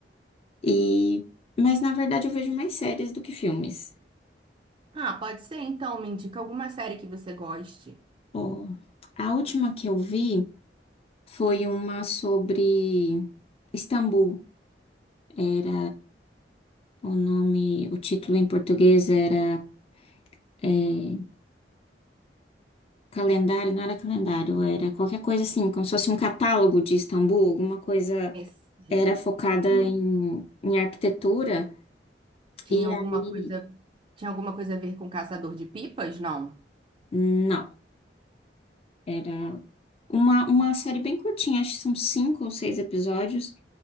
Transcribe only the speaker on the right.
Ah, pode ser então. Me indica alguma série que você goste.
Esse-
Tinha,
tinha
alguma
coisa, tinha alguma coisa a ver com Caçador de Pipas? Não.
Tá.